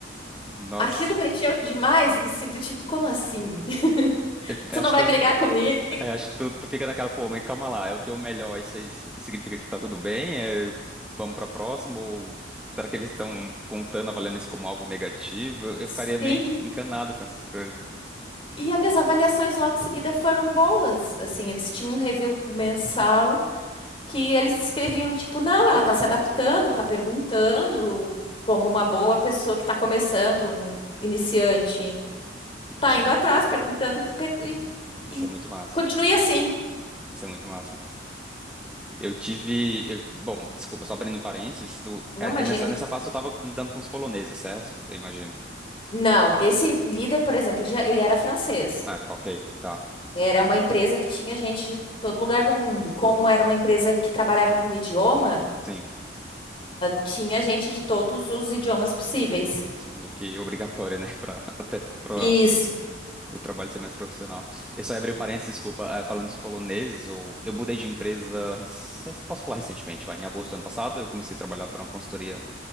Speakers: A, in the centre; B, on the left (about 30°).
A: Nossa.
B: Aquilo mexeu demais, assim, do tipo, como assim? <laughs>
A: Eu-
B: Tu
A: eu
B: não
A: Acho
B: vai
A: que
B: brigar comigo?
A: É, acho que tu, tu fica naquela, pô, mas calma lá, é o teu melhor, isso aí s- significa que tá tudo bem? É, vamos pra próxima? Ou será que eles estão contando, avaliando isso como algo negativo? Eu, eu
B: Sim.
A: ficaria meio encanado com essas coisas.
B: E as minhas avaliações logo em seguida foram boas. Assim, eles tinham um review mensal que eles escreviam, tipo, não, ela tá se adaptando, tá perguntando, como uma boa pessoa que tá começando, um iniciante. Tá
A: Isso
B: indo
A: é massa,
B: atrás, perguntando e, per- e- e
A: isso é muito massa,
B: continue assim.
A: isso é muito massa. Eu tive, eu- bom, desculpa, só abrindo um parênteses, tu,
B: Não,
A: é-
B: imagina.
A: é nessa, nessa fase tu tava lidando com os poloneses, certo? Eu imagino.
B: Não, esse líder, por exemplo, ele já, ele era francês.
A: Ah, tá ok, tá,
B: Era uma empresa que tinha gente de todo lugar do mundo. Como
A: todo lugar.
B: era uma empresa que trabalhava com idioma,
A: Sim,
B: tinha gente de todos os idiomas possíveis.
A: sim, meio que obrigatório, né? <laughs> Pra, até pra
B: Isso.
A: o trabalho ser mais profissional. Eu só abri o parênteses, desculpa, eh, falando dos poloneses, eu, eu mudei de empresa, rec- posso falar recentemente, vai, em agosto do ano passado, eu comecei a trabalhar para uma consultoria,